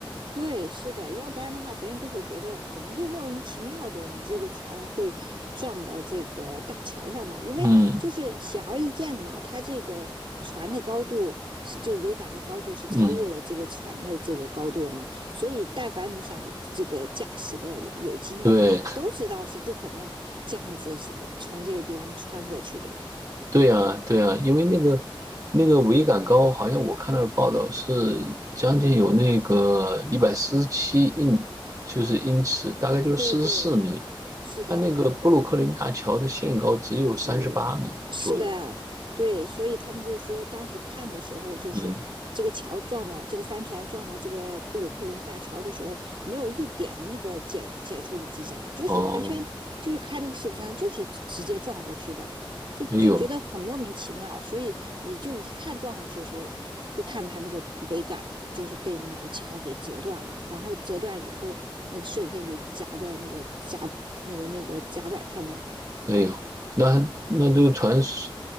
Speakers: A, on the right (about 65°); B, on the right (about 40°).
A: 对，是的，要不然的话，别人就会觉得怎么会莫名其妙的，你这个船会撞到这个大桥上嘛？因为就是显而易见的嘛，
B: 嗯
A: 它这个船的高度是就桅杆的高度是超过了这个船的这个高度了嘛，
B: 嗯，
A: 所以但凡你想这个驾驶的有有经验的人都知道是不可能这样子是从这个地方穿过去的嘛。
B: 对。对呀，对呀，因为那个那个桅杆高，好像我看到的报道是将近有那个一百四十七英，就是英尺，大概就是四十四米。
A: 对对，是的，
B: 它那个布鲁克林大桥的限高只有三十八米左右。
A: 然后。是是的啊，对，所以他们就说，当时看的时候，就是这个桥撞到这个帆船撞到这个布鲁克林大桥的时候，
B: 嗯，
A: 没有一点的那个减减速的迹象，就是完全就是看那个视频上就是直接撞过去的，
B: 哦，
A: 就就觉得很莫名其妙。
B: 哎呦，
A: 所以你就一看撞上去的时候，就看他那个桅杆就是被那个桥给折断了，然后折断以后，那个碎片就夹在那个甲那个那个甲板上嘛，
B: 哎呦，那那这个船损
A: 嗯。